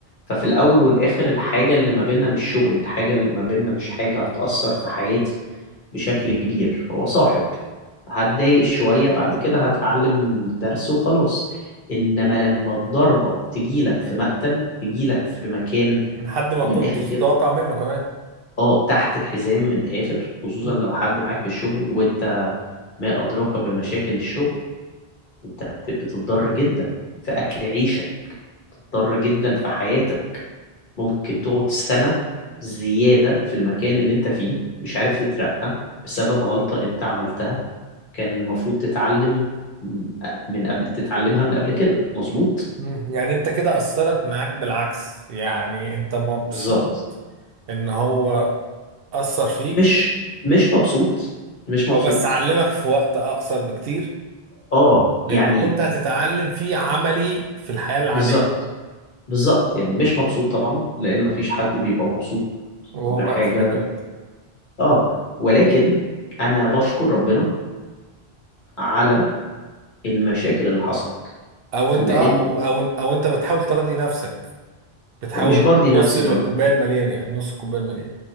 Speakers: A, on the left (about 50°); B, on the right (about 65°).
A: ففي الأول والآخر الحاجة اللي ما بيننا مش شغل الحاجة اللي ما بيننا مش حاجة هتأثر في حياتي بشكل كبير هو صاحب هتضايق شوية بعد كده هتعلم درس وخلاص إنما لما الضربة تجيلك في مقتل تجيلك في مكان
B: من حد ما كنتش
A: من الآخر كده
B: تتوقع منه كمان
A: اه تحت الحزام من الآخر خصوصا
B: مم.
A: لو حد معاك في الشغل وانت ما أدراك بمشاكل الشغل أنت بت- بتضطر جدا في أكل عيشك بتضطر جدا في حياتك ممكن تقعد سنة زيادة في المكان اللي أنت فيه مش عارف تترقى بسبب غلطة أنت عملتها كان المفروض تتعلم م- من قبل تتعلمها من قبل كده مظبوط
B: مم. يعني انت كده اثرت معاك بالعكس يعني انت مبسوط
A: بالظبط
B: ان هو اثر فيك
A: مش مش مبسوط مش مبسوط
B: او بس اعلمك في وقت اقصر بكتير
A: اه
B: مما
A: يعني
B: كنت هتتعلم فيه عملي في الحياة العادية
A: بالظبط بالظبط يعني مش مبسوط طبعا لأن مفيش حد بيبقى مبسوط
B: وهو
A: بحاجة
B: مأذي أكيد
A: اه ولكن انا بشكر ربنا على المشاكل اللي حصلت
B: او انت
A: لان
B: اه او او او انت بتحاول تراضي نفسك بتحاول
A: مش برضي
B: تبص
A: نفسي
B: للكوبايه
A: برضو
B: المليان يعني نص الكوبايه المليان